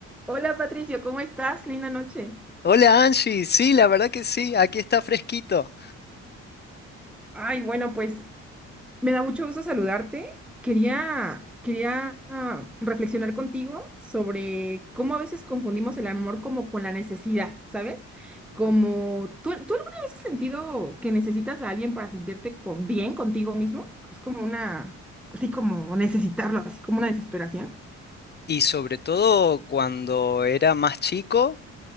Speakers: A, in the centre; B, on the left (about 35°).
A: Hola Patricio, ¿cómo estás? Linda noche.
B: Hola Angie, sí, la verdad que sí, aquí está fresquito.
A: Ay, bueno, pues me da mucho gusto saludarte. Quería, quería ah, reflexionar contigo sobre cómo a veces confundimos el amor como con la necesidad, ¿sabes? Como, ¿tú, tú alguna vez has sentido que necesitas a alguien para sentirte con- bien contigo mismo? Es como una, así como necesitarlo, así como una desesperación.
B: Y sobre todo cuando era más chico